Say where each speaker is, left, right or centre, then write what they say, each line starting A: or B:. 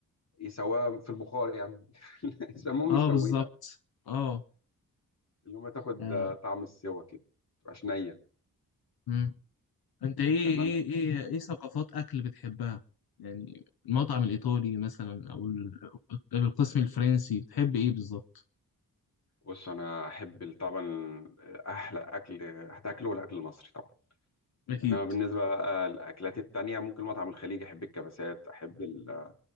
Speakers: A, on the left (about 45°); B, on the left (about 85°).
A: يسواها في البخار يا عم <laughs> يسموهم
B: اه
A: يسويها
B: بالظبط اه
A: اللي هما تاخد
B: آه،
A: آه، طعم السوا كده متبقاش نية
B: امم انت ايه
A: تمام
B: ايه ايه ايه ثقافات اكل بتحبها يعني المطعم الايطالي مثلا او ال- القسم الفرنسي بتحب ايه بالظبط
A: بص انا احب ال- طبعا احلى اكل هتاكله الاكل المصري طبعا
B: اكيد
A: انما بالنسبه بقى للاكلات التانية ممكن مطعم الخليج احب الكبسات احب ال-